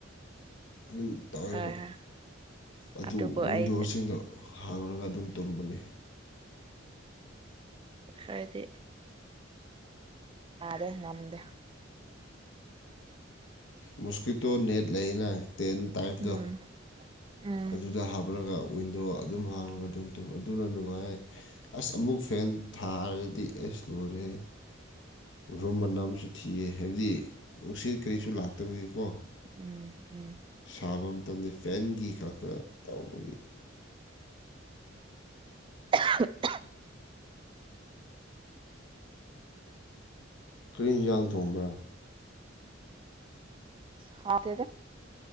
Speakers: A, on the left; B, on the right.
A: ꯑꯗꯨꯝ ꯇꯥꯎꯋꯦꯕ
B: ꯍꯣꯏ ꯍꯣꯏ
A: ꯑꯗꯨ
B: ꯑꯗꯨꯕꯨ
A: ꯋꯤꯟꯗꯣꯁꯤꯡꯗꯣ
B: ꯑꯩ
A: ꯍꯥꯡꯉꯒ ꯑꯗꯨꯝ ꯇꯨꯝꯝꯕꯅꯦ꯫
B: ꯍꯥꯏꯗꯤ ꯌꯥꯔꯦ ꯉꯝꯗꯦ꯫
A: ꯃꯨꯁꯀꯤꯇꯣ ꯅꯦꯠ ꯂꯩꯅ ꯇꯦꯟ ꯇꯥꯏꯞꯇꯣ
B: ꯎꯝ ꯎꯝ
A: ꯑꯗꯨꯗ ꯍꯥꯞꯂꯒ ꯋꯤꯟꯗꯣ ꯑꯗꯨꯝ ꯍꯥꯡꯉꯒ ꯑꯗꯨꯝ ꯇꯨꯝꯕ ꯑꯗꯨꯅ ꯅꯨꯡꯉꯥꯏ ꯑꯁ ꯑꯃꯨꯛ ꯐꯦꯟ ꯊꯥꯔꯗꯤ ꯑꯩꯁ ꯂꯣꯏꯔꯦ ꯔꯨꯝ ꯃꯅꯝꯁꯨ ꯊꯤꯌꯦ ꯍꯥꯏꯕꯗꯤ ꯅꯨꯡꯁꯤꯠ ꯀꯩꯁꯨ ꯂꯥꯛꯇꯕꯩꯀꯣ꯫
B: ꯎꯝ ꯎꯝ꯫
A: ꯁꯥꯕ ꯃꯇꯝꯗꯤ ꯐꯦꯟꯒꯤ ꯈꯛꯇ ꯇꯧꯕꯒꯤ
B: <unintelligible>
A: ꯀ꯭ꯔꯤ ꯏꯟꯖꯥꯡ ꯊꯣꯡꯕ꯭ꯔꯥ꯫
B: ꯍꯥꯥꯎꯇꯦꯗ